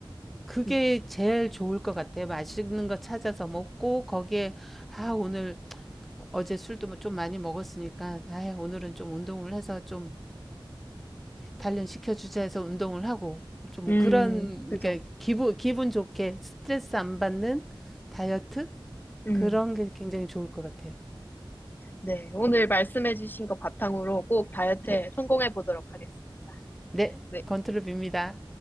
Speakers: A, in the centre; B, on the left (about 20°).
A: 그게
B: 음,
A: 제일 좋을 것 같아요. 맛있는 거 찾아서 먹고 거기에 아 오늘 어제 술도 뭐 좀 많이 먹었으니까 아 오늘은 좀 운동을 해서 좀 단련시켜 주자 해서 운동을 하고 좀
B: 음,
A: 그런
B: 그죠.
A: 그 기분 기분 좋게 스트레스 안 받는 다이어트
B: 음.
A: 그런 게 굉장히 좋을 것 같아요.
B: 네, 오늘 말씀해주신 거 바탕으로 꼭 다이어트에
A: 네.
B: 성공해 보도록 하겠습니다.
A: 네.
B: 네.
A: 건투를 빕니다.